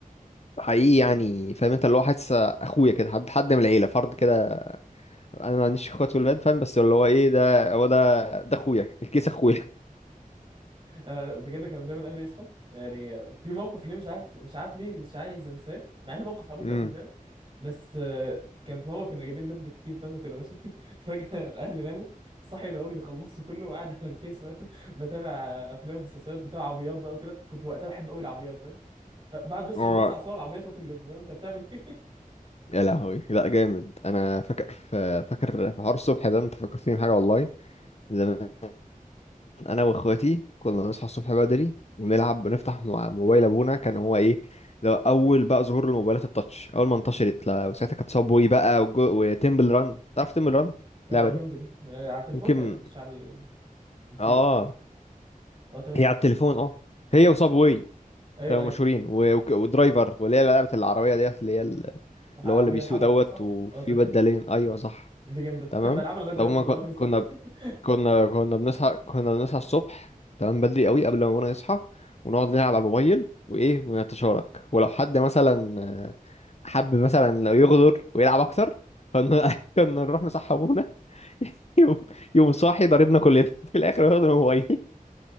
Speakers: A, on the left; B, on the right.
A: حقيقي يعني فاهم انت اللي هو حاسس اخويا كده حد حد من العيله فرد كده انا ما عنديش اخوات ولاد فاهم بس اللي هو ايه ده هو ده ده اخويا الكيس اخويا
B: انا بجد كانوا دايما اهلي يصحوا يعني في موقف ليه مش عارف مش عارف ليه مش عايز انساه مع انه موقف
A: <laughs>
B: عبيط
A: امم
B: قوي فاهم بس آه، كان في مره كنا جايبين لب كتير فاهم وكده ماشي <laughs> فجاه اهلي ناموا صحي لقوني بخلصه كله وقاعد على الكيس فاهم؟ <laughs> بتابع آه، افلام ومسلسلات بتاع عربيات بقى وكده كنت وقتها بحب قوي العربيات فاهم فبعد بس
A: اه
B: ببص على صور العربيات واكل لب فاهم انت بتعمل ايه
A: يا لهوي لا جامد انا فاكر في فاكر في حوار الصبح ده انت فكرتني بحاجه والله زمان انا واخواتي كنا نصحى الصبح بدري ونلعب ونفتح مو- موبايل ابونا كان هو ايه ده اول بقى ظهور الموبايلات التاتش اول ما انتشرت لا وساعتها كانت صابوي بقى وجو- وتمبل ران تعرف تمبل ران
B: <laughs> اه
A: اللعبه
B: جامده
A: دي
B: دي آه، على التليفون
A: يمكن
B: تقريبا مش على البي
A: اه
B: سي ولا ايه اه تمام
A: هي على التليفون اه هي وصابواي
B: ايوه
A: كانوا
B: ايوه
A: مشهورين و... وك- ودرايفر واللي هي لعبة العربية ديت اللي هي ال-
B: العربيه
A: اللي هو اللي بيسوق
B: الحمراء
A: دوت
B: دي صح
A: وفي
B: اه تمام
A: بدالين ايوه صح
B: دي جامدة
A: تمام
B: <laughs> بلعبها لغاية
A: فهم
B: دلوقتي والله
A: ك-
B: بس
A: كنا
B: <laughs>
A: كنا كنا بنصحى كنا بنصحى الصبح تمام بدري قوي قبل ما ابونا يصحى ونقعد نلعب على الموبايل وايه ونتشارك ولو حد مثلا آه، حب مثلا لو يغدر ويلعب اكتر كنا <laughs> كنا نروح نصحى ابونا <laughs> يوم يوم صاحي ضربنا كلنا <laughs> في الاخر واخد الموبايل <laughs>